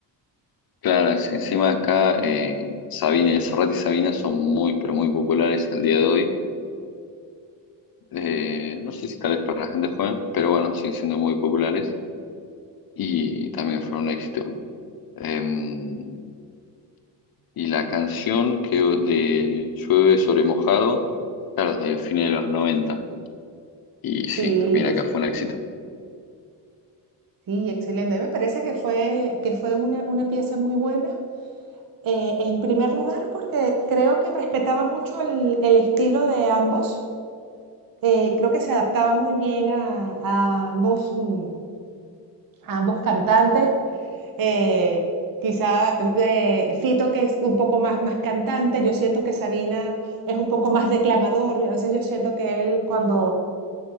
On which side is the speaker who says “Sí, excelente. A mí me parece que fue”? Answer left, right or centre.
Right